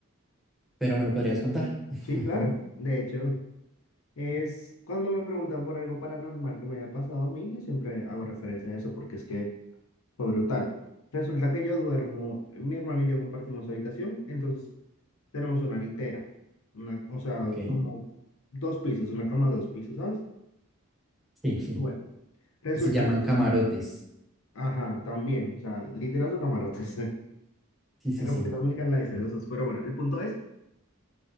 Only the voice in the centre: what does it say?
pero me lo podrías contar. <laughs>
Ok,
sí, sí.
Se llaman camarotes.
Sí, sí,
sí.